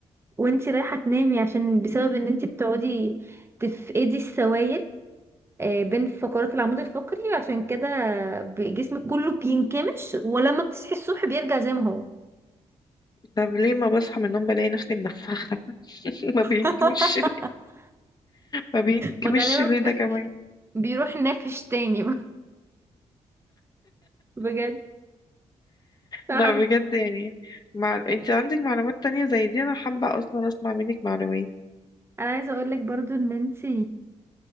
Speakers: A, on the right; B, on the left.
A: وانت رايحه تنامي عشان بسبب ان انت بتقعدي تفقدي السوائل آه، بين فقرات العمود الفقري عشان كده ب- جسمك كله بينكمش ولما بتصحي الصبح بيرجع زي ما هو
B: طب ليه ما بصحى من النوم بلاقي نفسي منفخه <laughs> ما بينكمش
A: <laughs>
B: ما بينكمش
A: ما غالبا
B: ليه ده
A: ب-
B: كمان
A: بيروح نافش تاني <laughs> بجد عارف
B: لا بجد يعني مع... انت عندك معلومات تانية زي دي انا حابه اصلا اسمع منك معلومات
A: انا عايزه اقول لك برضو ان انتي